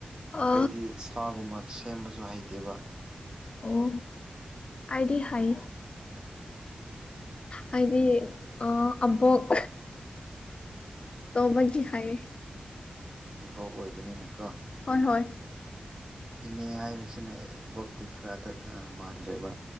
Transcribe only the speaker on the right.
ꯑꯩꯗꯤ ꯁꯥꯒꯨꯝꯕ ꯁꯦꯝꯕꯁꯨ ꯍꯩꯇꯦꯕ
ꯏꯕꯣꯛꯑꯣꯏꯕꯅꯤꯅꯀꯣ
ꯏꯅꯦ ꯍꯥꯏꯔꯤꯁꯤꯅ ꯚꯣꯛꯇꯤ ꯈꯔꯗ ꯃꯥꯟꯗ꯭ꯔꯦꯕ